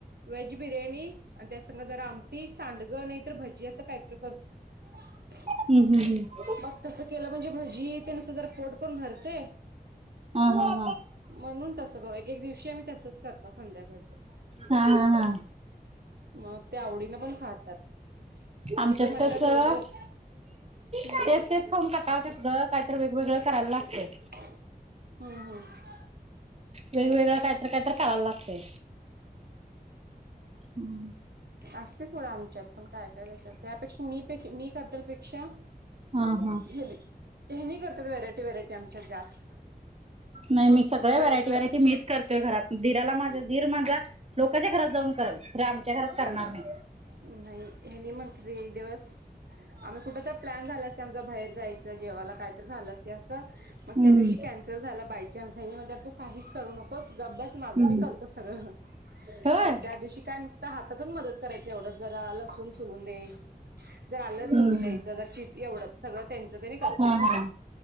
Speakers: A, on the right (about 75°); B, on the right (about 40°).
A: वेज बिर्याणी आणि त्यास त्यांना जरा आमटी सांडगे नाही तर भजी असं काहीतरी करतो.
B: हम् हम् हम.
A: मग तसं केलं म्हणजे भजी तेन असं जरा पोटपण भरतंय.
B: हम्म हा हा हा
A: म्हणून तसं कर एक एक दिवशी आम्ही तसच करत संध्याकाळचं.
B: हा हा हा.
A: मग ते आवडीनं पण खातात. त्यांनी
B: आमच्यात
A: पण म्हणतात
B: कसं
A: रोज रोज हम्म
B: तेच तेच खाऊन कटाळत्यात गं, काहीतर वेगवेगळं करायला लागतंय.
A: हम्म हम्म.
B: वेग वेगळा कायतर कायतर करायला लागतंय. हम्.
A: असतंय थोडं आमच्यात पण काय काय तशात, त्यापेक्षा मी पे मी करत्याल पेक्षा
B: हा हा
A: हेनी हेनी करत्यात व्हरायटी व्हरायटी आमच्यात जास्त.
B: नाही मी सगळ्या
A: वेगळं
B: व्हरायटी व्हरायटी मिस करतोय घरात. दिराला माझ्या दिर माझा लोकांच्या घरात जाऊन करल, खरं आमच्या घरात करणार नाही.
A: नाही हे मंथली एक दिवस आम्ही कुठं तर प्लॅन झाला असतोय आमचा बाहेर जाय च जेवाला कायतर झालं असतंय असं. मंग
B: हम्म
A: त्यादिवशी कॅन्सल झालं बाई. चान्स हेनी म्हणत्यात, तू काहीच करू नकोस गप बस माझं
B: हम्म
A: मी करतो सगळं.
B: होय
A: मग
B: हम्म
A: त्या दिवशी काय नुसतं हातातून मदत करायची, एवढंच जरा लसून सोलून दे. जर आलं सुलून
B: हम्म
A: द्यायचं, <unintelligible> एवढं सगळं तेंचं तेनी कर
B: हा हा